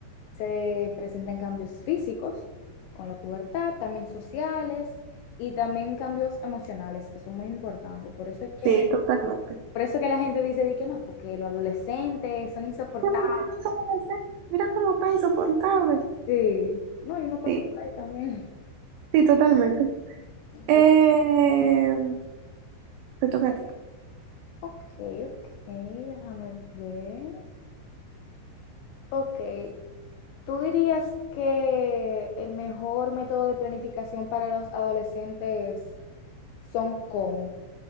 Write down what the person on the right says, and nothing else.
Sí, totalmente.
Qué bonito que son adolescentes, Mira cómo está insoportable.
Sí,
sí, totalmente. Eh,
te toca a ti.